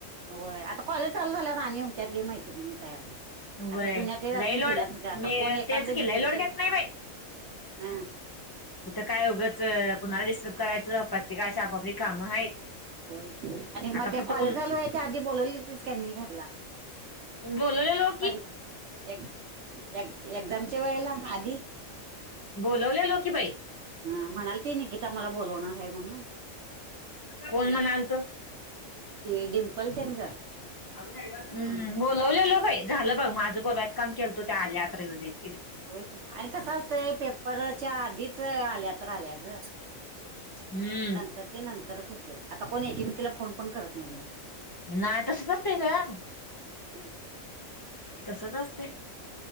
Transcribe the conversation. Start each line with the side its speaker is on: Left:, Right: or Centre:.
Right: होय आता कॉलेज चाल झा आणि हुच्यात गे मैत्री त
Left: व्हय
Right: आता जुन्यात जात
Left: लई
Right: नाही
Left: लोड
Right: जुन्या सुध्या आता
Left: मी
Right: कोण एांद
Left: तेच की
Right: भिसली
Left: लई लोड
Right: तर
Left: घेत
Right: भ
Left: नाही
Right: हम.
Left: कुठे काय उघंच कुणाला डिस्टर्ब करायचं प्रत्येकाची आपापली कामं आहेत.
Right: होय की आणि मग
Left: आता
Right: ते
Left: फक्त
Right: कॉलेज
Left: कोण
Right: चालू यायच्या आधी बोलावलीस का नाही घरला.
Left: बोलले लो
Right: बर एक्झामच्या वेळेला आधी
Left: बोलवलेलो की बाई.
Right: अ म्हणाल ती निकिता मला बोलवणार आहे म्हणून
Left: कोण म्हणाल तू
Right: हे डिंपल तेन का
Left: हम् बोलवलेलं भाई झालं बघ माझं बोलवायचं काम केलतो त्या आल्या अत्र उ्या
Right: हो आणि कसं असतंय पेपरच्या आधीच आल्या तर आल्या ग
Left: हम्म
Right: नंतर ते नंतरच होते आता कोण एकीमेकीला फोन पण करत नाहीत
Left: नाही तसच असतंय ग
Right: <unintelligible>
Left: तसच असतय